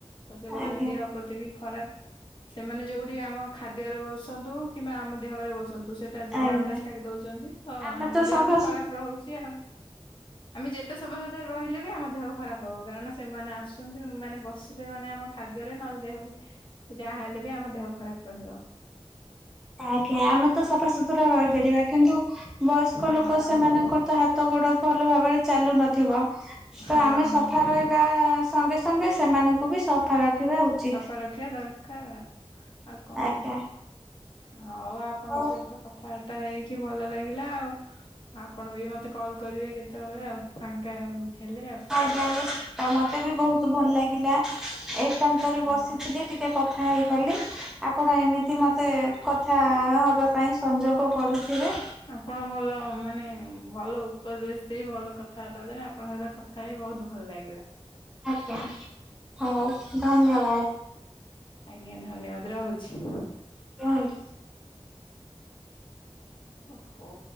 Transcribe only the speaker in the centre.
ଆଜ୍ଞା
ଆଜ୍ଞା।
ଆମେ
ତ
ସଫାସୁ
ଆଜ୍ଞା ଆମେତ ସଫାସୁତୁରା ରହିପାରିବା କିନ୍ତୁ ବୟସ୍କ
ଲୋକ ସେମାନଙ୍କରତ ହାତ ହାତ ଗୋଡ ଭଲ ଭାବରେ ଚାଲୁ ନଥିବ
ତ ଆମେ ସଫା ରହି ବା ସଙ୍ଗେ ସଙ୍ଗେ ସେମାନଙ୍କୁ ବି ସଫା ରଖିବା ଉଚିତ।
ଆଜ୍ଞା
ହଉ
ଆଜ୍ଞା <unintelligible> ମତେ ବି ବହୁତ ଭଲ ଲାଗେ। ଥିଲା, ଏକାନ୍ତରେ
ବସିଥିଲି ଟିକେ କଥା ହେଇଗଲି। ଆପଣ ଏମିତି ମତେ କଥା ହେବା ପାଇଁ ସଂଯୋଗ କରୁଥିବେ।
ଆଜ୍ଞା ହଉ ଧନ୍ୟବାଦ।
ରହୁଛି।